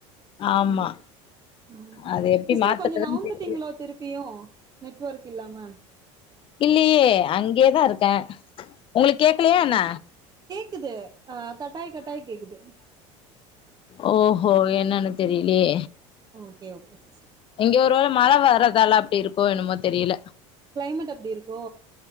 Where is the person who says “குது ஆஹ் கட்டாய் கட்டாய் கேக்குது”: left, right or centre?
Right